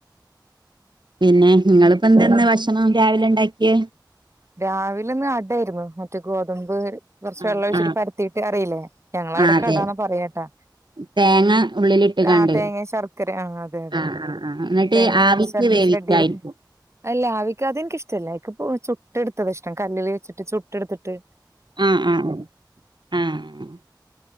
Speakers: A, on the right; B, on the right.
A: പിന്നെ നിങ്ങളിപ്പോ എന്തെന്ന ഭക്ഷണം രാവിലെ ഉണ്ടാക്കിയ
B: രാവില ഇന്ന് അടായിരുന്നു മറ്റേ ഗോതമ്പ് കുറച്ച്
A: ആഹ്
B: വെള്ളം ഒഴിച്ചിട്ട് പരത്തീട്ട് അറിയില്ലേ ഞങ്ങ അവിടക്കെ
A: ആഹ് അതെ
B: അടാന്ന പറയട്ടാ
A: തേങ്ങ ഉള്ളിലിട്ട്കാണ്ട്
B: ആഹ തേങ്ങി ശർക്കരിം ആ അതെ അതെ
A: ആഹ് ആഹ് ആഹ് എന്നിട്ട്
B: തേങ്ങ <unintelligible>
A: ആവിക്ക് വേവിക്കായിരിക്കും
B: അല്ല അവിക്ക അ എനിക്ക ഇഷ്ടല്ല ചുറ്റെടുത്ത എടുത്തത് ഇഷ്ട കല്ലല് വെച്ചിട്ട്ട്ട് എടുത്തിട്ട്
A: ആഹ ആ ആ ആഹ